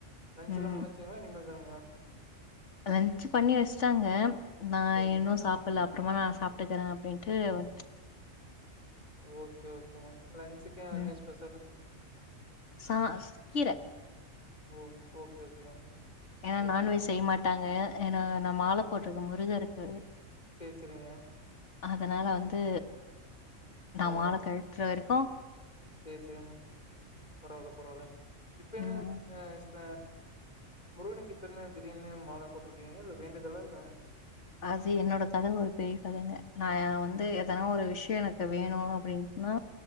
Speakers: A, on the left (about 30°); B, on the left (about 60°).
A: லன்ஞ்
B: ம்
A: எல்லா முடுன்ச்சிங்ளா இனிமேல் தானுங்ளா
B: லன்ச்சு பண்ணி வெச்டாங்க நா
A: சேரிங்க
B: இன்னு சாப் புட்ல அப்றமா நா சாப்ட்டுக்குறே அப்டின்ட்டு வந்
A: ஓகே ஓகேங்க லன்ச்சுக்கு
B: ம்
A: என்ன ஸ்பெஷலு
B: சா கீர
A: ஓ ஓகே ஓகேங்க
B: ஏனா
A: பரவால்ல
B: நான்வெஜ் செய்ய மாட்டாங்க ஏனா நா மால போட்ருக்க முருகருக்கு
A: சேரி சேரிங்க
B: அதனால வந்து நா
A: ஓ
B: மால கழட்ற வர்க்கு
A: சேரி சேரிங்க பரவால்ல பரவால்ல இப்ப என்ன
B: ம்
A: அ இப்ப முருகனுக்கு இப்ப என்ன திடீர்னு மால போட்ருக்கீங்க இல்ல வேண்டுதலா இல்ல
B: அது என்னோட கத ஒரு பெரிய கதெங்க நா வந்து எதா ஒரு விஷ்யொ எனக்கு வேனு அப்டின்னா